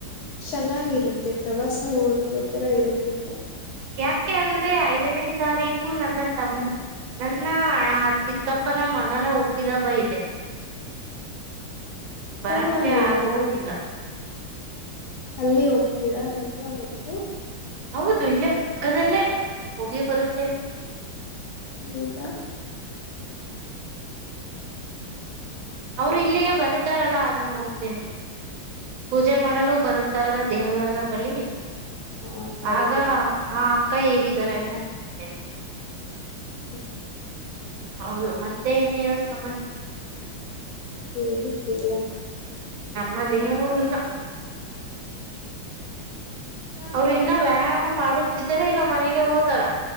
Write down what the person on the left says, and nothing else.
ಚೆನ್ನಾಗಿರುತ್ತೆ ಪ್ರವಾಸ ಹೋದ್ಕೋ ತರ ಇರುತ್ತೆ ಬನ್ನಿ
ಪರವಾಗಿಲ್ಲ
ಬನ್ನಿ ಅಲ್ಲಿ ಹೋಗ್ತೀರಾ ನೀವು ಅವತ್ತು
ಹೌದಾ
ಹಾ ಬರುತ್ತಾರೆ
ಹ್ಮ್
ಹೇಳಿ ಕೇಳಣ
ಯಾಕೆ